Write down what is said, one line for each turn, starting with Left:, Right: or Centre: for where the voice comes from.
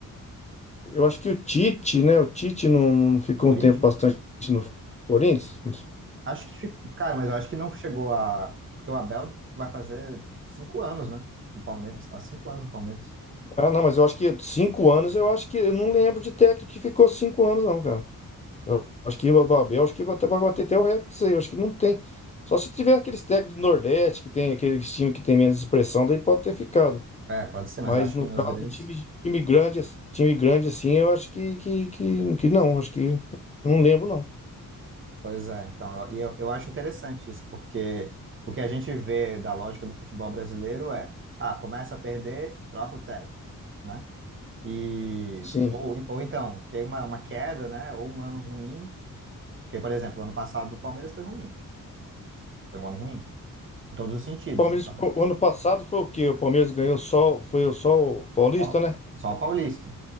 Left: eu acho que o Tite, né? O Tite não, não ficou
Right: o Corinthians.
Left: um tempo bastante no Corinthians.
Right: Acho que, fica- cara, mas eu acho que não chegou a, porque o Abel vai fazer cinco anos, né? No Palmeiras, tá? Cinco anos no Palmeiras.
Left: Ah, não, mas eu acho que cinco anos, eu acho que eu não lembro de técnico que ficou cinco anos, não, cara. Eu acho que o Abel, acho que até vai bater até o recorde disso aí. Eu acho que não tem. Só se tiver aqueles técnicos do Nordeste, que tem aqueles times que tem menos expressão, daí pode ter ficado.
Right: É, pode ser, mas
Left: Mas
Right: eu acho
Left: no
Right: que nos
Left: caso,
Right: grandes.
Left: time, time grande, ass- time grande assim, eu acho que, que, que, que não, acho que não lembro não.
Right: Pois é, então, eu, e eu, eu acho interessante isso, porque o que a gente vê da lógica do futebol brasileiro é, ah, começa a perder, troca o técnico, né? E,
Left: Sim.
Right: ou, ou então, tem uma, uma queda, né? Ou um ano ruim, porque, por exemplo, o ano passado do Palmeiras foi ruim, foi um ano ruim, em todos os sentidos,
Left: Palmeiras,
Right: né? Só,
Left: o ano passado foi o quê? O Palmeiras ganhou só, foi o só o Paulista,
Right: só,
Left: né?
Right: só o Paulista,